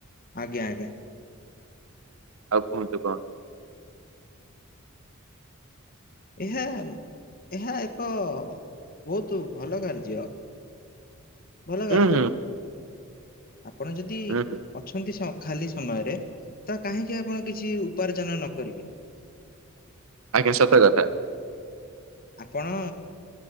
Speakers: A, on the left (about 45°); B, on the right (about 80°).
A: ଆଜ୍ଞା ଆଜ୍ଞା।
B: ଆଉ କୁହନ୍ତୁ କଣ?
A: ଇଯାହଲ ଏହା ଏକ ବହୁତ ଭଲ କାର୍ଯ୍ୟ। ଭଲ କାର୍ଯ୍ୟ।
B: ହୁଁ ହୁଁ
A: ଆପଣ ଯଦି
B: ହୁଁ ହୁଁ
A: ଅଛନ୍ତି ସ ଖାଲି ସମୟରେ ତ କାହିଁକି ଆପଣ କିଛି ଉପାର୍ଜନ ନ କରିବେ?
B: ଆଜ୍ଞା ସତ କଥା।
A: ଆପଣ